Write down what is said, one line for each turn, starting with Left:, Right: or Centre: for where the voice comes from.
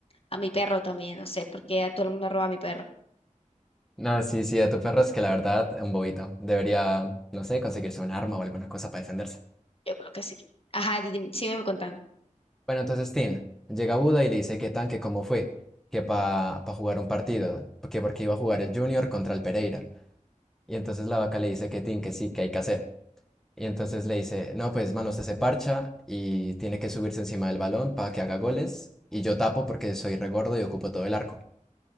Left: a mi perro también, no sé, porque a todo el mundo roba a mi perro.
Centre: No, sí, sí, a tu perro es que la verdad, un bobito. Debería, no sé, conseguirse un arma o alguna cosa para defenderse.
Left: Yo creo que sí. Ajá, di- di- sígueme contando.
Centre: Bueno, entonces Tin llega a Buda y le dice que tan, que cómo fue, que para jugar un partido, que porque iba a jugar el Junior contra el Pereira. Y entonces la vaca le dice que Tin, que sí, que hay que hacer. Y entonces le dice, no, pues mano, usted se parcha y tiene que subirse encima del balón para que haga goles. Y yo tapo porque soy regordo y ocupo todo el arco.